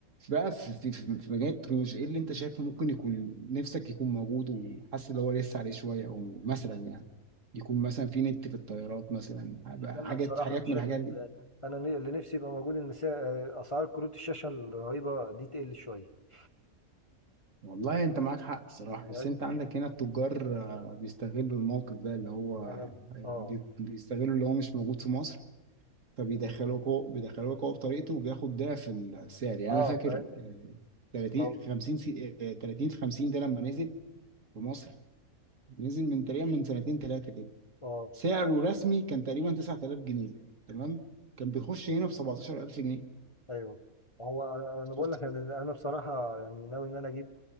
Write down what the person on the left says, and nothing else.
لا
بصراحة
انا شايف
ان
انا ن- اللي نفسي يبقى موجود ان سعر- اسعار كروت الشاشة الرهيبة دي تقل شوية
فاهم
انا
اه
اه
فاهم
مو-
اه
ايوه هو انا أنا بقول
لك انا أنا بصراحه يعني ناوي ان انا اجيب